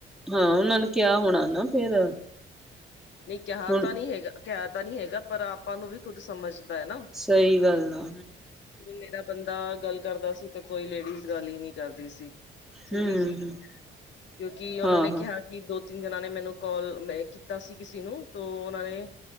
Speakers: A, in the centre; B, on the left.
A: ਹਾਂ ਉਹਨਾਂ ਨੂੰ ਕਿਹਾ ਹੋਣਾ ਨਾ ਫੇਰ
B: ਨਹੀਂ ਕਿਹਾ
A: ਹੁਣ
B: ਤਾਂ ਨਹੀਂ ਹੈਗਾ ਕਿਹਾ ਤਾਂ ਨਹੀਂ ਹੈਗਾ ਪਰ ਆਪਾਂ ਨੂੰ ਵੀ ਖੁੱਦ ਸਮਝ ਹੈ ਨਾ
A: ਸਹੀ ਗੱਲ ਆ
B: ਮੇਰਾ ਬੰਦਾ ਗੱਲ ਕਰਦਾ ਸੀ ਤੇ ਕੋਈ ਲੇਡੀਜ਼ ਗੱਲ ਹੀ ਨਹੀਂ ਕਰਦੀ ਸੀ ਸਿੱਧੀ
A: ਹਮ
B: ਜੀ ਕਿਉਂਕਿ ਉਹਨਾਂ
A: ਹਾਂ
B: ਨੇ ਕਿਹਾ
A: ਹਾਂ
B: ਦੋ ਤਿੰਨ ਜਣਾ ਨੇ ਮੈਨੂੰ ਕਾਲ ਮੈਂ ਕੀਤਾ ਸੀ ਕਿਸੇ ਨੂੰ ਤ ਉਹਨਾਂ ਨੇ